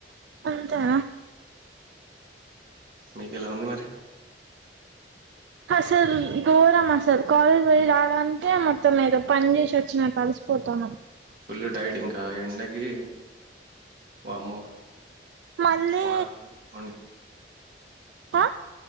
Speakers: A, on the right; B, on the right.
A: అదా
B: మీకు ఎలా ఉంది మరి
A: అసలు గోరం అసలు కాలేజ్ పోయి రావడానికే మొత్తం ఏదో పని చేసి వచ్చినట్టు అలసిపోతానను
B: ఫుల్ టైడ్ ఇంకా ఎండకి వామ్మో
A: మళ్ళీ
B: వాటర్ ఎక్కువ తీసుకోండి
A: హ